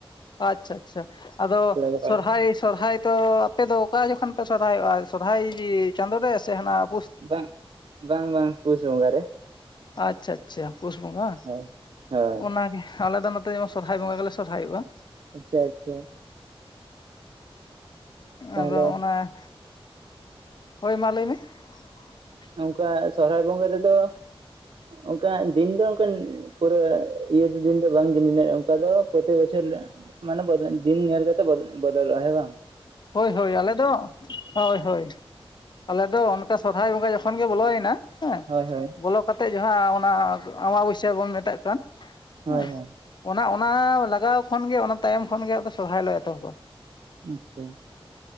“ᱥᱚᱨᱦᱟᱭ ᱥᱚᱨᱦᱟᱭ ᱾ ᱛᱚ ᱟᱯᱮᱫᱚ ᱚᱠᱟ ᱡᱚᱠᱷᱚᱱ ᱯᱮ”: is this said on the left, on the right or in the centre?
Left